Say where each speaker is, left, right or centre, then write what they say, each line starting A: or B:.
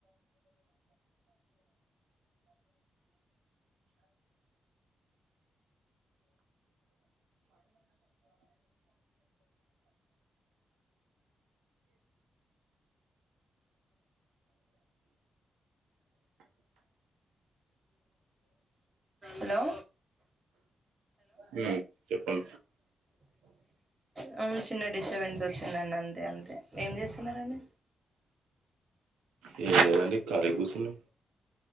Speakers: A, on the right (about 35°); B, on the right (about 80°).
A: హలో
B: హుమ్మ్ చెప్పం
A: హు చిన్న డిస్టబెన్స్ వచ్చిందండి అంతే అంతే ఏం చేస్తున్నారండి
B: ఎం ఏ లేదండి ఖాళీగా కూసున్నం